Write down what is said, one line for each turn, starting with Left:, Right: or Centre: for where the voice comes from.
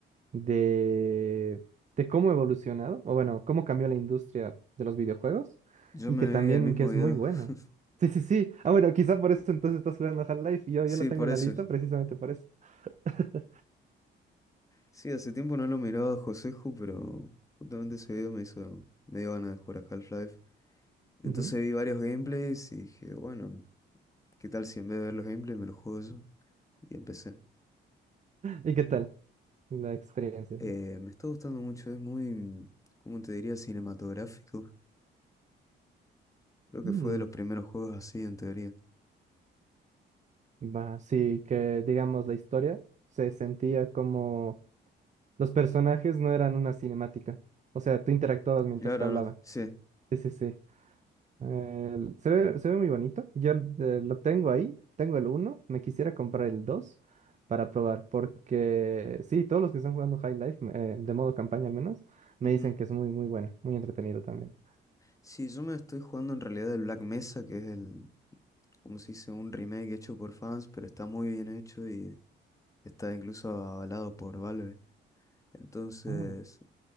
Right: de, de cómo ha evolucionado, o bueno, cómo cambió la industria de los videojuegos,
Left: Yo
Right: y
Left: me
Right: que también
Left: vi el mismo
Right: que es
Left: video.
Right: muy bueno.
Left: <laughs>
Right: Sí, sí, sí. Ah, bueno, quizá por eso entonces estás jugando Half-Life. Yo,
Left: Sí,
Right: yo lo tengo
Left: por
Right: en
Left: eso.
Right: la lista precisamente por eso. <laughs>
Left: Sí, hace tiempo no lo miraba a Joseju, pero justamente ese video me hizo, me dio ganas de jugar a Half-Life. Entonces
Right: Ujú.
Left: vi varios gameplays y dije, bueno, ¿qué tal si en vez de ver los gameplays me los juego yo? Y empecé.
Right: ¿Y qué tal la experiencia?
Left: Eh, me está gustando mucho, es muy, ¿cómo te diría? Cinematográfico. Creo que
Right: Mm.
Left: fue de los primeros juegos así, en teoría.
Right: Va, sí, que digamos la historia se sentía como los personajes no eran una cinemática. O sea, tú interactuabas mientras
Left: Claro,
Right: te hablaban.
Left: ¿no? Sí.
Right: Sí, sí, sí. Eh, se ve, se ve muy bonito. Yo eh, lo tengo ahí, tengo el uno, me quisiera comprar el 2 para probar, porque sí, todos los que están jugando High Life, eh, de modo campaña al menos, me
Left: Ujú.
Right: dicen que es muy, muy bueno, muy entretenido también.
Left: Sí, yo me estoy jugando en realidad el Black Mesa, que es el, como se dice, un remake hecho por fans, pero está muy bien hecho y está incluso avalado por Valve. Entonces,
Right: Ah.